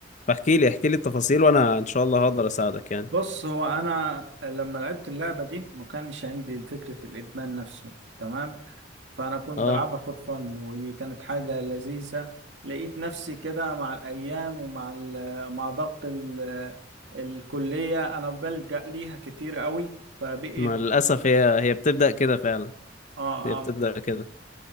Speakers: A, on the left (about 40°); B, on the right (about 75°).
A: فاحكي لي احكي لي التفاصيل وانا ان شاء الله هقدر اساعدك يعني
B: بص هو انا لما لعبت اللعبه دي ما كانش عندي فكره الادمان نفسه تمام فأنا كنت
A: اه
B: بلعبها فور فن وكانت حاجة لذيذة لقيت نفسي كده مع الأيام ومع ال- مع ضغط ال- الكلية أنا بلجأ ليها كتير قوي فبقيت
A: ما للاسف هي هي بتبدأ كده فعلا
B: آه
A: هي بتبدأ
B: آه
A: كده